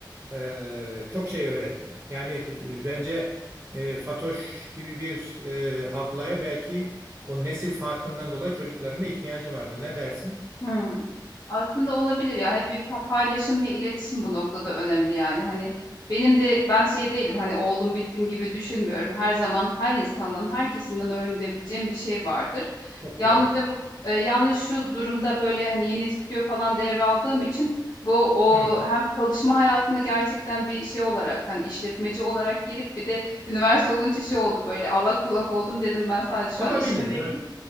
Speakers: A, on the right (about 30°); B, on the left (about 55°).
A: e, çok şey öğretti. Yani e, bence e, Fatoş gibi bir e, ablaya belki o nesil farkından dolayı çocuklarına ihtiyacı vardı. Ne dersin?
B: Hımm. Aslında olabilir ya. Hep bir pa paylaşım ve iletişim bu noktada önemli yani. Hani, benim de ben şey değilim, hani, oldum bittim gibi düşünmüyorum. Her zaman her insandan, her kesimden öğrenebileceğim bir şey vardır.
A: Çok
B: Yalnızca
A: doğru.
B: bu eee, yalnız şu durumda, böyle, hani, yeni stüdyo falan devraldığım için bu o
A: Hı.
B: hem çalışma hayatına gerçekten bir şey olarak, hani, işletmeci olarak girip bir de üniversite olunca şey oldu, böyle, allak bullak oldum. Dedim ben sadece şu
A: Olabilir
B: an işime vereyim.
A: ya.